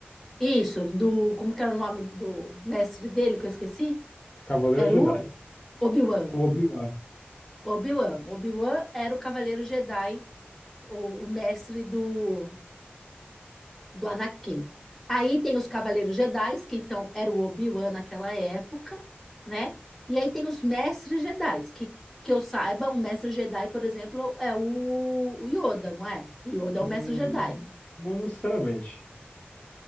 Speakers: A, in the centre; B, on the left.
A: isso, do, como que era o nome do mestre dele que eu esqueci?
B: Cavaleiro
A: Era
B: Jedi.
A: o Obi-Wan.
B: O Obi-Wan.
A: Obi-Wan. Obi-Wan era o Cavaleiro Jedi, o, o mestre do, do Anakin. Aí tem os Cavaleiros Jedi, que então era o Obi-Wan naquela época, né? E aí tem os Mestres Jedi, que, que eu saiba, o Mestre Jedi, por exemplo, é o, o Yoda, não é? O Yoda é
B: Hum,
A: o Mestre Jedi.
B: não necessariamente.